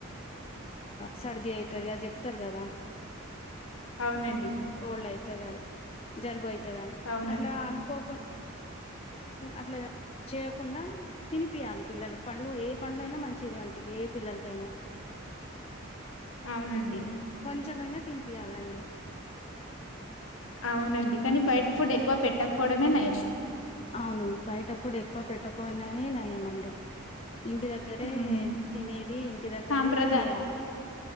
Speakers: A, on the left (about 30°); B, on the left (about 80°).
A: సర్ది అయిత తది ఇగ చెప్తరు కదా
B: అవునండి
A: కోల్డ్ అయితది అని జలుబు అయితదని
B: అవునండి
A: అట్లా అనుకోకుండా అట్లా చేయకుండా తినిపియ్యాలి పిల్లలకు పండ్లు ఏ పండ్లు అయినా మంచిది వంటికి ఏ పిల్లలకైనా
B: అవునండి
A: కొంచమైనా తినిపియ్యాలండి
B: అవునండి కానీ బయట ఫుడ్ ఎక్కువ పెట్టకపోవడమే నయం
A: అవును బయట ఫుడ్ ఎక్కువ పెట్టకునే నయమండి ఇంటి దగ్గరే
B: ఉమ్,
A: తినేది ఇంటి దగ్గరే
B: సాంప్రదా
A: చేయాలి